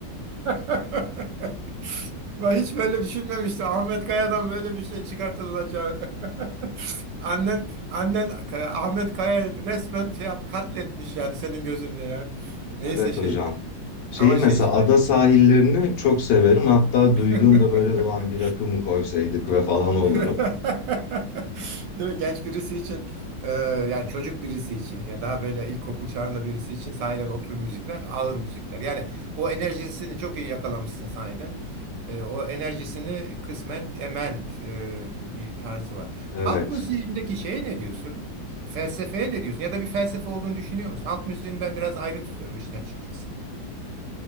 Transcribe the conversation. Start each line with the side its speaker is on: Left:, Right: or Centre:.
Right: <laughs> Ben hiç böyle düşünmemiştim. Ahmet Kaya'dan böyle bir şey çıkartılacağı. <laughs> Annen, annen Ahmet Kaya'yı resmen şey yap, katletmiş yani senin gözünde ya. Neyse
Left: Evet
Right: şey
Left: hocam. Şeyi
Right: ama
Left: mesela
Right: şey şayet.
Left: ada sahillerini çok severim. Hatta
Right: <laughs>
Left: duyduğumda böyle ulan bir akım koysaydık ve falan olurum.
Right: <laughs> Değil mi? Genç birisi için e, yani çocuk birisi için ya daha böyle ilkokul çağında birisi için sahiden o tür müzikler ağır müzikler. Yani o enerjisini çok iyi yakalamışsın sahiden. E, o enerjisini kısmen ement e, bir tarzı var.
Left: Evet.
Right: Halk müziğindeki şeye ne diyorsun? Felsefeye ne diyorsun? Ya da bir felsefe olduğunu düşünüyor musun? Halk müziğini ben biraz ayrı tutuyorum işin açıkçası.